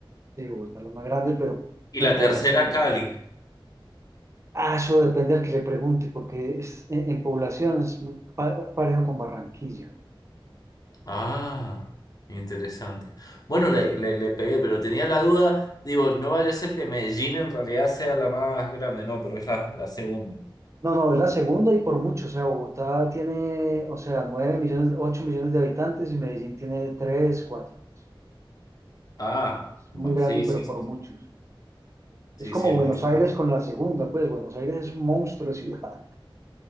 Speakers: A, on the right; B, on the left.
A: Sí, Bogotá es la más grande, pero
B: Y
A: en
B: la
A: población.
B: tercera, Cali.
A: Ah, eso depende del que le pregunte, porque es, en, en población es muy pa- parejo con Barranquilla.
B: Ah, interesante. Bueno, le, le, le pegué, pero tenía la duda, digo, no vaya a ser que Medellín en realidad sea la más grande, no, pero es la, la segunda.
A: No, no, es la segunda y por mucho. O sea, Bogotá tiene, o sea, 9 millones, 8 millones de habitantes y Medellín tiene 3, 4. Pues,
B: Ah,
A: es
B: va,
A: muy grande,
B: sí, sí,
A: pero por
B: sí,
A: mucho,
B: sí,
A: sí.
B: sí,
A: Es como
B: sí, es
A: Buenos
B: mucho más.
A: Aires con la segunda, pues Buenos Aires es un monstruo de ciudad,